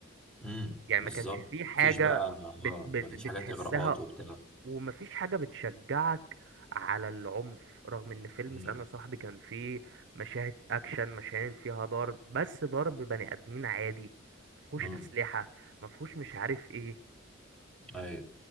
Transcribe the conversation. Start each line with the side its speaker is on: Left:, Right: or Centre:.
Centre: امم
Right: يعني
Centre: بالظبط
Right: ما كانش فيه حاجة
Centre: مفيش بقى
Right: بت
Centre: اه
Right: بت
Centre: مفيش
Right: بتحسها
Centre: حاجات اغراءات وبتاع
Right: ومفيش حاجة بتشجعك على العنف رغم ان فيلم
Centre: امم
Right: سلام يا صاحبي كان فيه مشاهد اكشن مشاهد فيها ضرب بس ضرب بني ادمين عادي مفهوش
Centre: امم
Right: اسلحة مفهوش مش عارف ايه
Centre: ايوه